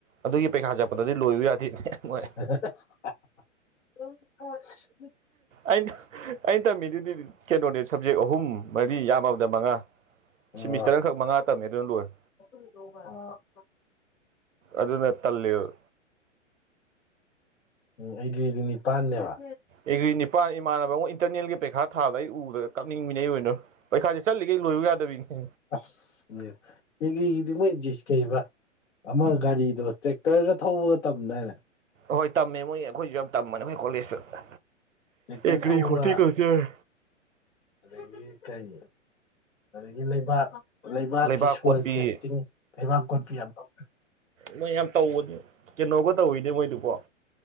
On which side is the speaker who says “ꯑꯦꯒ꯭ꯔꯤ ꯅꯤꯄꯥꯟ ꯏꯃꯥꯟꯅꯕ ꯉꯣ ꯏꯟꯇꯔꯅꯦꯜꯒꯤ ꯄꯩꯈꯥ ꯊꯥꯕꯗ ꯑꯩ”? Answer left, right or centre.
Right